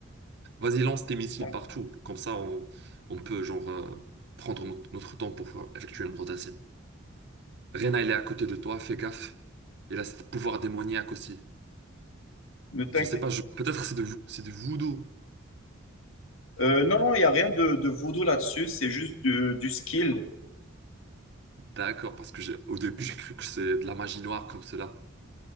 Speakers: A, on the right; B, on the left.
A: Vas-y, lance tes missiles
B: Bon,
A: partout. Comme ça, on, on peut genre euh, prendre no- notre temps pour euh, effectuer une rotation. Reyna, il est à côté de toi, fais gaffe. Il a ce pouvoir démoniaque aussi.
B: ne t'inquiète.
A: Je sais pas, je... peut-être c'est de vou- c'est du voodoo.
B: Euh, non, non, il n'y a rien de, de voodoo là-dessus. C'est juste du, du skill.
A: D'accord, parce que j'ai au début j'ai cru que c'est de la magie noire comme cela.